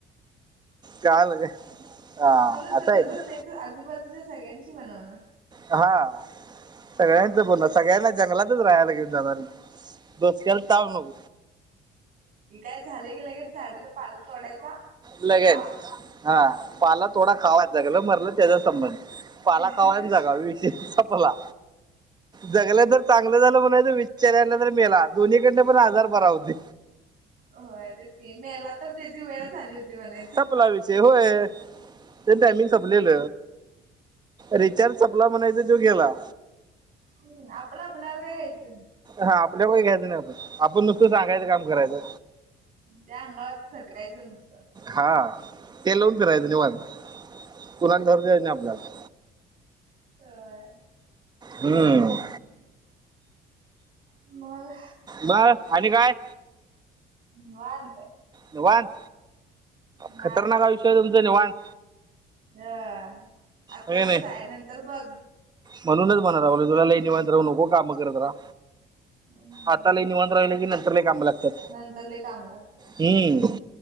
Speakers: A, on the right; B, on the right.
A: काल हा
B: बर.
A: असं आहे ते.
B: आजूबाजूच्या सगळ्यांची बनवण.
A: हा सगळ्यांच बोलण सगळ्यांना जंगलातच राहायला घेऊन जाणार. दोसक्याला तव न
B: काय झालं की लगेच झाडाचा पालक तोडायचा
A: लगेच
B: खावा
A: हा पाला थोडा खावायगलं मरलं त्याचा संबंध. पाला
B: ते
A: खावायन जागा विशेय संपला. जगलं जर चांगलं झालं म्हणाय विचार यायला तर मेला दोन्हीकडन पण आजार भरा होते.
B: होय तेच क मेला तर त्याची वेळ झाली होती म्हणा.
A: संपला विषय होय ते टायमिंग संपलेल. रिचार्ज सपला म्हणायच तो गेला.
B: हम् आपण आपल्याला काय खाच.
A: हा आपल्याला घ्यायचं नाही आपण आपण नुकतं सांगाचं काम करायचं.
B: त्या अंगावरच झटकायचं नसतं.
A: हा ते लावून फिरायचं निवन कलाना धर द्यायचं नाही आपल्याला
B: ह.
A: हम्म.
B: मल.
A: बर आणि काय?
B: ह.
A: निवांस
B: निवांत
A: खतरनाक आयुषय तुमचां निवांस
B: हह आताचच
A: हे नाही
B: आहे नंतर बघ.
A: म्हणूनच म्हणा राव तुला लैन मात राू नको काम करत राहा.
B: हम्म
A: आताला निवण राहिलं की नंतर ला कामं लागतात.
B: नंतरले काम लागतात
A: हम्म